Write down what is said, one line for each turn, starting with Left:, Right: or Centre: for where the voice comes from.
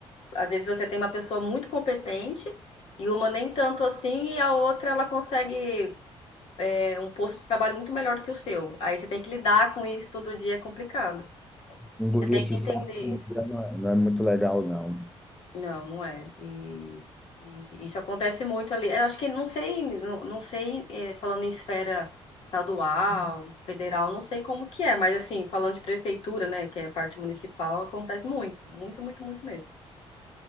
Left: às vezes você tem uma pessoa muito competente e uma nem tanto assim, e a outra ela consegue É um posto de trabalho muito melhor do que o seu. Aí você tem que lidar com isso todo dia, é complicado.
Centre: engolir
Left: Você tem
Centre: esse
Left: que entender
Centre: sapo
Left: isso.
Centre: não é, não é muito legal, não.
Left: Não, não é. E, e isso acontece muito ali. Eu acho que não sei, não, não sei, eh, falando em esfera estadual, federal, não sei como que é, mas assim, falando de prefeitura, né, que é a parte municipal, acontece muito, muito, muito, muito mesmo.